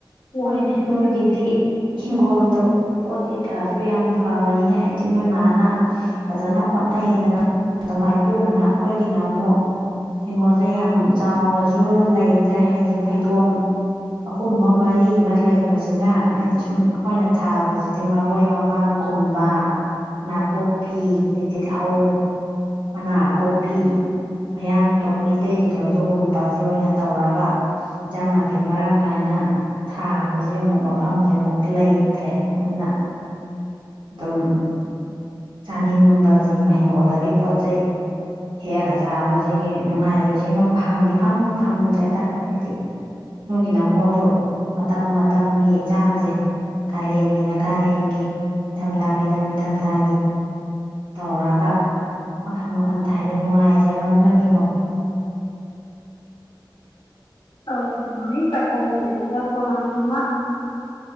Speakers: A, on the left; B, on the right.
A: ꯅꯣꯡꯃꯗꯨꯗ
B: ꯍꯣꯏꯅꯦ ꯃꯣꯏꯒꯤꯗꯤ ꯍꯤꯡꯒꯣꯜꯗꯣ ꯄꯣꯠ ꯀꯩꯀꯥꯁꯨ ꯌꯥꯝ ꯐꯕꯅꯤꯅꯦ ꯍꯥꯏꯗꯤ ꯅꯣꯏ ꯃꯥꯅ ꯐꯖꯅ ꯍꯣꯠꯅꯩꯗꯅ ꯑꯗꯣ ꯃꯥꯏꯄꯨꯅꯅ ꯑꯈꯣꯏꯒꯤꯅ ꯑꯃꯨꯛ ꯍꯤꯡꯒꯣꯜꯁꯦ ꯌꯥꯝ ꯆꯥꯎꯅꯁꯨ ꯂꯩꯇ꯭ꯔꯦ ꯍꯥꯏꯗꯤ ꯐꯩꯗꯣꯝ ꯑꯍꯨꯝꯕ ꯃꯔꯤ ꯑꯃꯥ ꯂꯩꯕꯁꯤꯅ ꯍꯥꯏꯗꯤ ꯁꯨꯝ ꯑꯈꯣꯏꯅ ꯊꯥꯕꯁꯤꯗꯤ ꯃꯔꯣꯏ ꯃꯄꯥꯡꯒꯨꯝꯕ ꯅꯥꯀꯨꯞꯄꯤꯗꯤ ꯇꯤꯜꯍꯧ ꯃꯅꯥ ꯑꯀꯨꯞꯄꯤ ꯃꯌꯥꯡꯗꯣꯟ ꯃꯩꯇꯩꯒꯤꯗꯣ ꯑꯗꯨꯒꯨꯝꯕꯁꯦ ꯑꯣꯏꯅ ꯇꯧꯔꯒ ꯏꯟꯖꯥꯡ ꯅꯥꯄꯤꯗꯤ ꯃꯔꯥꯡ ꯀꯥꯏꯅ ꯊꯥꯕꯁꯦ ꯑꯃꯨꯛ ꯃꯐꯝꯁꯦ ꯑꯃꯨꯛ ꯂꯩꯇ꯭ꯔꯦ ꯑꯗꯨꯅ ꯑꯗꯨꯝ ꯆꯥꯅꯤꯡꯕꯁꯤ ꯃꯍꯤꯡꯒꯣꯜꯗꯒꯤ ꯄꯣꯠ ꯆꯩ ꯍꯦꯛꯑꯒ ꯆꯥꯕꯁꯤꯒꯤ ꯅꯨꯡꯉꯥꯏꯕꯁꯤꯃ ꯐꯪ ꯏꯐꯪ ꯐꯪꯗ꯭ꯔꯦꯗ ꯍꯥꯏꯗꯤ ꯅꯣꯏꯒꯤꯅ ꯑꯃꯨꯛ ꯑꯗꯨ ꯃꯇꯝ ꯃꯇꯝꯒꯤ ꯏꯟꯁꯥꯡꯁꯦ ꯀꯥꯂꯦꯟꯒꯤꯅ ꯀꯥꯂꯦꯟꯒꯤ ꯅꯤꯡꯊꯝꯊꯥꯒꯤꯅ ꯅꯤꯡꯊꯝꯊꯥꯒꯤ ꯇꯧꯔꯥꯒ ꯃꯈꯜ ꯃꯈꯜ ꯊꯥꯏꯅ ꯅꯨꯡꯉꯥꯏꯖꯔꯝꯒꯅꯤꯀꯣ
A: ꯑꯧ ꯅꯨꯡꯉꯥꯏ ꯆꯥꯛ ꯆꯥꯔꯝꯗꯥꯏꯗꯒ ꯄꯣꯂꯥꯡ ꯖꯤꯃ